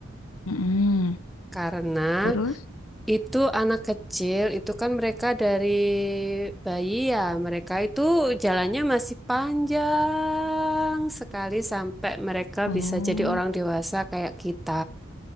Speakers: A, on the left; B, in the centre.
A: Mm-mm.
B: Karena
A: Terus?
B: Itu anak kecil, itu kan mereka dari bayi ya, mereka itu jalannya masih panjang sekali sampai mereka
A: Oh.
B: bisa jadi orang dewasa kayak kita.